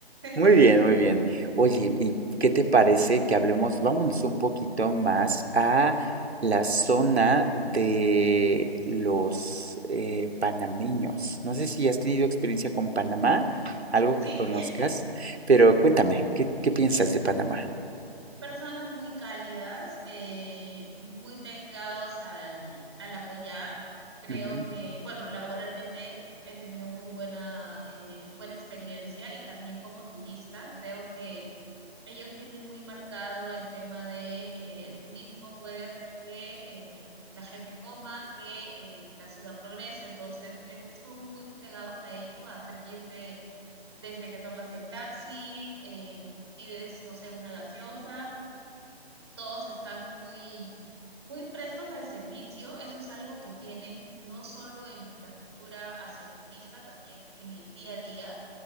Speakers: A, on the right; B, on the right.
A: Muy
B: <laughs>
A: bien, muy bien. Oye, ¿y qué te parece que hablemos, vámonos un poquito más a la zona de los eh, panameños? No sé si has tenido experiencia con Panamá, algo
B: Sí,
A: que conozcas, pero cuéntame, ¿qué, qué piensas de Panamá?
B: personas muy cálidas, eh, muy pegados al, al, apoyar. Creo
A: Ujú,
B: que, bueno, laboralmente he tenido muy buena, eh, buena experiencia y también como turista, creo que ellos tienen muy marcado el tema de eh, el turismo puede hacer que eh, la gente coma, que eh, la ciudad progrese, entonces eh, son muy pegados a ello, a servirte desde que tomas el taxi, eh, pides, no sé, una gaseosa, todos están muy muy prestos al servicio, eso es algo que tienen no solo en la cultura hacia el turista, también en el día a día,